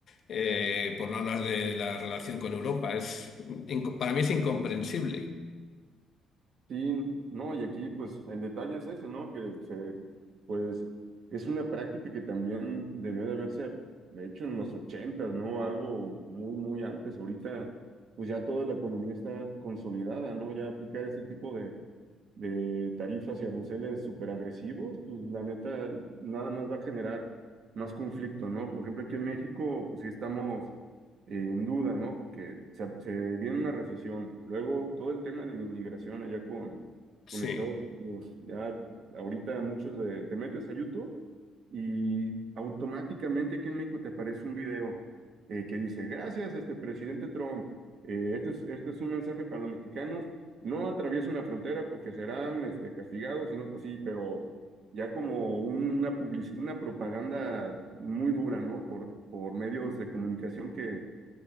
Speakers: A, on the left; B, on the right.
A: eh, por no hablar de la relación con Europa. Es, inco- para mí es incomprensible.
B: sí, no, y aquí pues el detalle es ese, ¿no? Que se, pues es una práctica que también debe de haberse hecho en los ochentas, ¿no? Algo muy, muy antes. Ahorita, pues ya toda la economía está consolidada, ¿no? Ya aplicar este tipo de, de tarifas y aranceles súper agresivos, pues la neta nada más va a generar más conflicto, ¿no? Por ejemplo, aquí en México, pues sí estamos eh, en duda, ¿no? Porque se, se viene una recesión. Luego todo el tema de la inmigración allá con, con
A: Sí,
B: Estados Unidos. Ya ahorita muchos de, te metes a YouTube y automáticamente aquí en México te aparece un video eh, que dice, gracias, este presidente Trump. eh, este es, este es un mensaje para los mexicanos no atraviesen la frontera porque serán este, castigados sino así, pero ya como una publici- una propaganda muy dura, ¿no? Por, por medios de comunicación que,